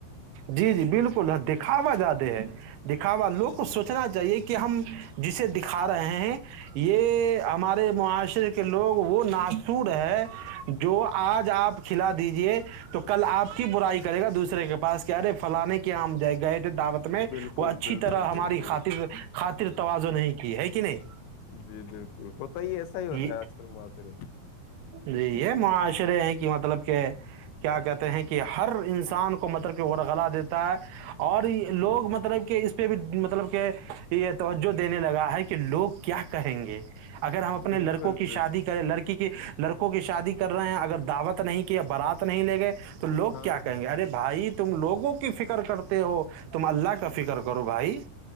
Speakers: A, on the right; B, on the left.
A: جی جی بالکل ہے دکھاوا زیادہ ہے دکھاوا لوگ
B: ہے۔
A: کو سوچنا چاہیے کہ ہم جسے دکھا رہے ہیں یہ ہمارے معاشرے لوگ وہ ناسور ہے جو آج آپ کھلا دیجیے تو کل آپ کی برائی کرے گا دوسرے کے پاس کیاارے فلانے کے آم جائے گئے تھے دعوت میں
B: بالکل
A: وہ اچھی
B: بالکل
A: طرح ہماری
B: بالکل
A: خاطر خاطر تواز نہیں کی ہے ک نہیں
B: جی بالکل ہوتا ہی ایسا ہی ہو
A: یہ
B: رہا ہے آج سرم سر
A: جی یہ معاشرے ہیں کہ مطلب کہ کیا کہتے ہیں کہ ہر انسان کو مطلب کہ ورغلا دیتا ہے اور
B: جی
A: لوگ مطلب کہ اس پہ بھی مطلب کہ یہ توجہ دینے لگا ہے کہ لوگ کیا کہیں گے اگر ہم اپنے
B: بالکل
A: لڑک
B: بالکل
A: شادی کریں لڑکی کے لڑکوں کی شادی کر رہے ہیں اگر دعوت نہیں کہ برات نہیں لے گئے تو تو لوگ
B: ہاں
A: کیا کہیں گے ارے بھائی تم لوگوں کی فکر کرتے ہو تم اللہ کا فکر کرو بھائی